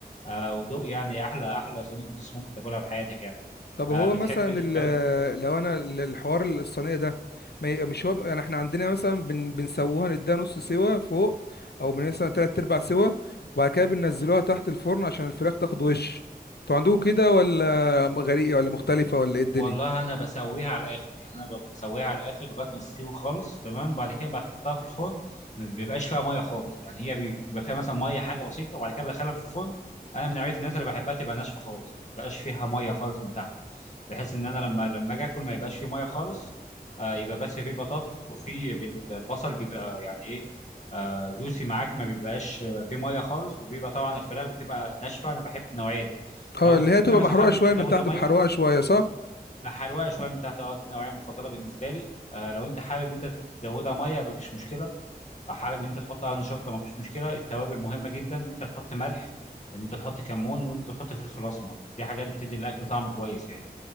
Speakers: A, on the left; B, on the left.
A: آه ودوق يعني احلى احلى صينيه بطاطس ممكن تاكلها في حياتك يعني
B: طب
A: آه
B: هو
A: بتحب
B: مثلا ال-
A: لو
B: لو انا ال- الحوار الصينيه ده ما ي- مش هو يعني احنا عندنا مثلا بن بنسووها نديها نص سوا فوق او بن- مثلا تلات ارباع سوا وبعد كده بننزلوها تحت الفرن عشان الفراخ تاخد وش انتوا عندكم كده ولا غريبه ولا مختلفه ولا ايه الدنيا
A: والله انا بسويها على الاخر يعني انا ب- بسويها على الاخر لغايه ما تستوي خالص تمام وبعد كده بحطها في الفرن ما بيبقاش فيها ميه خالص يعني هي بي- بيبقى فيها مثلا ميه حاجه بسيطه وبعد كده بدخلها في الفرن انا من نوعيه الناس اللي بحبها تبقى ناشفه خالص ما تبقاش فيها ميه خالص من تحت بحيث ان انا لما لما اجي اكل ما يبقاش فيه ميه خالص آه يبقى بس فيه البطاطس وفيه بال- البصل بيبقى يعني ايه آه جوسي معاك ما بيبقاش آه، فيه ميه خالص وبيبقى طبعا الفراخ بتبقى ناشفه انا بحب النوعيه دي
B: اه
A: لو
B: اللي هي تبقى
A: انت مثلا
B: محروقه
A: حابب
B: شويه
A: انت تزودها
B: من تحت
A: ميه
B: بحروقه شويه صح
A: مع حروقه شويه من تحت اه دي النوعيه المفضله بالنسبه لي آه لو انت حابب انت تزودها ميه مفيش مشكله او حابب انت تحط قرن شطه مفيش مشكله التوابل مهمه جدا ان انت تحط ملح ان انت تحط كمون ان انت تحط فلفل اسمر دي حاجات بتدي الاكل طعم كويس يعني